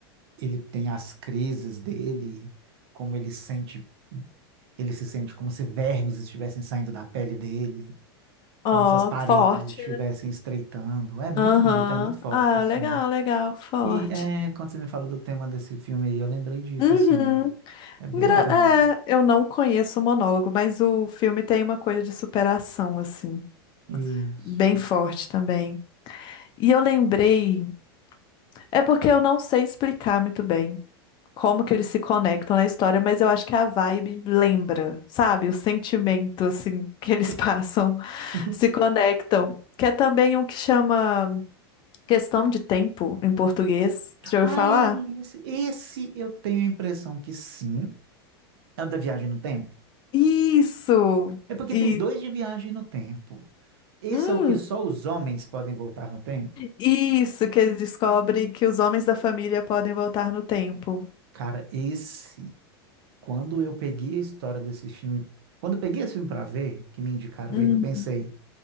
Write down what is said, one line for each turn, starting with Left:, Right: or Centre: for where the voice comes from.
Right: ele tem as crises dele, como ele sente. Ele se sente como se vermes estivessem saindo da pele dele,
Left: Ó,
Right: como se as paredes
Left: forte,
Right: estivessem
Left: né?
Right: estreitando. É muito
Left: Aham.
Right: bonito, é muito forte,
Left: Ah,
Right: assim.
Left: legal, legal, forte.
Right: E é, quando você me falou do tema desse filme aí, eu lembrei disso,
Left: Uhum.
Right: assim. É bem
Left: Engra-
Right: legal.
Left: é, eu não conheço o monólogo, mas o filme tem uma coisa de superação, assim,
Right: Isso.
Left: bem forte também. E eu lembrei. É porque eu não sei explicar muito bem como que eles se conectam na história, mas eu acho que a vibe lembra, sabe? O sentimento, assim, que eles
Right: Sim.
Left: passam, <laughs>
Right: <laughs>
Left: se conectam. Que é também um que chama Questão de Tempo, em português.
Right: Ai,
Left: Você já ouviu falar?
Right: esse, esse eu tenho a impressão que sim. É o da viagem no tempo?
Left: Isso!
Right: É porque
Left: Isso!
Right: tem dois de viagem no tempo. Esse
Left: Hum,
Right: é o que só os homens podem voltar no tempo?
Left: isso, que ele descobre que os homens da família podem voltar no tempo.
Right: Cara, esse Quando eu peguei a história desse filme, quando eu peguei esse filme pra ver, que me indicaram
Left: Hum.
Right: ele, eu pensei,